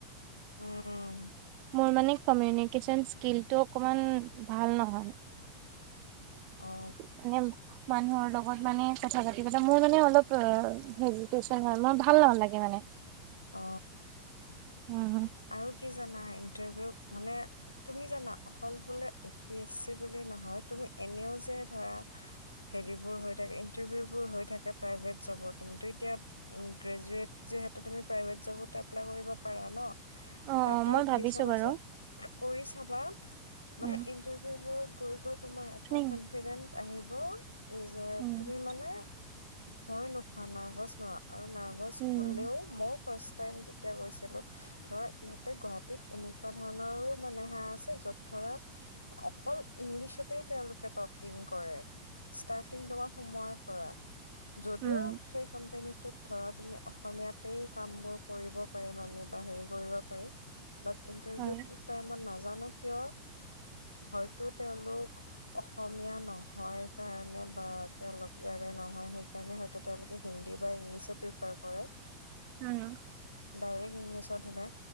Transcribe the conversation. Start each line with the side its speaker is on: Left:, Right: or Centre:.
Left: উম।
Right: মোৰ মানে কমিউনিকেশন স্কিলটো অকমান ভাল নহয়।
Left: অ।
Right: মানে মানুহৰ লগত মানে কথা পাতি পতি মোৰ মানে অলপ অ হেজিতেচন হয় মই ভাল নহালাগে মানে।
Left: অ
Right: উম।
Left: আৰু কি জানা ইণ্টাৰভিউত মানে তুমি জানা। অকল বোলে এ পি এছ চি বুলি নহয় তুমি এনেও যে ধৰা হেৰিবোৰ হৈ থাকে ইণ্টাৰভিউবোৰ হৈ থাকে প্ৰাইভেট জবৰ তুমিতো এতিয়া গ্ৰেজুৱেট যিহেতু তুমি প্ৰাইভেট জবত এপ্লাই কৰিব পাৰা ন।
Right: অ', অ',
Left: তাতো
Right: মই ভাবিছো
Left: দি চাবাচোন।
Right: বাৰু
Left: কৰি চাবা। মানে
Right: উম,
Left: ইন্টাৰভিউ বোৰত গৈ গল তোমাৰ এটা
Right: উম,
Left: কনফিডেন্ আহিব। উম যে
Right: উম,
Left: তুমি মানে ভয় নোখোৱা। নাৰ্ভাছ নোহোৱা। আৰু নাৰ্ভাছ
Right: উম,
Left: হ'লেও মোক ফাৰ্ষ্ট টাইম যেতিয়া গৈছিলোঁ ধৰা ইয়াত তে গুৱাহাটীত এনেকুৱা ধৰণৰো- মানে হা আছে য'ত ধৰা, অকল ইংলিছতেই তেওঁলোকে টকিং কৰে। ষ্টাৰ্টিং তোমাৰ সোমৱাৰ পৰা যদিও
Right: উম,
Left: সেই কোম্পানী তোত ধৰা তুমি, অসমীয়াতেই কামবোৰ কৰিব পাৰিম আমি, বা হেৰি কৰিব পাৰিম বাট ইন্টাৰভিউত
Right: হয়,
Left: কি তই মই নাজ জানো কিয়, হয়তো তেওঁলোক অসমীয়া নহয় কাৰণে বা তেওঁলোক ইয়াৰে নহয়, সেইকাৰণে হয়তো তেওঁলোকে হিন্দী বা ইংলিছে প্ৰিফাৰ কৰে।
Right: উম।
Left: ডাইৰেক্ট ইংলিছ ত শুদে।